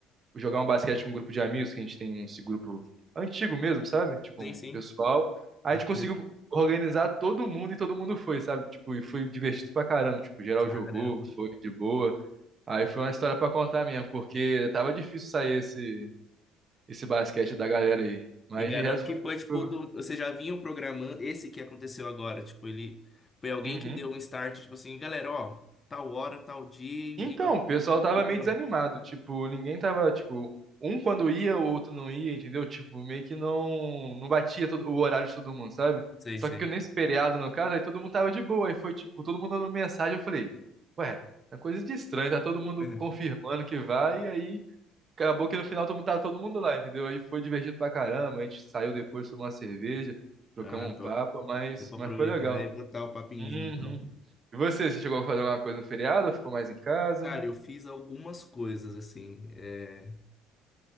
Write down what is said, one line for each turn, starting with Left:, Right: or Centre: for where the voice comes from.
Right: jogar um basquete com um grupo de amigos, que a gente tem esse grupo antigo mesmo, sabe? Tipo,
Left: Sim,
Right: um
Left: sim.
Right: pessoal. Aí
Left: Pode
Right: a gente conseguiu
Left: crer.
Right: organizar todo mundo e todo mundo foi, sabe? Tipo, e foi divertido pra caramba. Tipo, geral
Left: Caramba.
Right: jogou, foi de boa. Aí foi uma história pra contar mesmo, porque tava difícil sair esse. esse basquete da galera aí. Mas
Left: E garanto
Right: de resto
Left: que
Right: foi.
Left: foi, tipo,
Right: tranquilo.
Left: do, você já vinha programando, esse que aconteceu agora, tipo, ele foi alguém
Right: Uhum.
Left: que deu um start, tipo assim, galera, ó, tal hora, tal dia
Right: Então,
Left: e,
Right: o pessoal tava
Left: e
Right: meio
Left: vamos.
Right: desanimado. Tipo, ninguém tava, tipo, um quando ia, o outro não ia, entendeu? Tipo, meio que não, não batia todo, o horário de todo mundo, sabe?
Left: Sei,
Right: Só
Left: sei.
Right: que nesse feriado, no caso, aí todo mundo tava de boa. Aí foi, tipo, todo mundo mandando mensagem. Eu falei, ué, é coisa de estranho, tá todo mundo
Left: <laughs>
Right: confirmando que vai. E aí acabou que no final todo mundo tava todo mundo lá, entendeu? Aí foi divertido pra caramba. A gente saiu depois, tomou uma cerveja, trocamos
Left: Ah,
Right: um
Left: top.
Right: papo, mas,
Left: Deu pra
Right: mas
Left: aproveitar
Right: foi legal.
Left: e botar o papo em
Right: Uhum.
Left: dia, então.
Right: E você, você chegou a fazer alguma coisa no feriado ou ficou mais em casa?
Left: Cara, eu fiz algumas coisas, assim, é,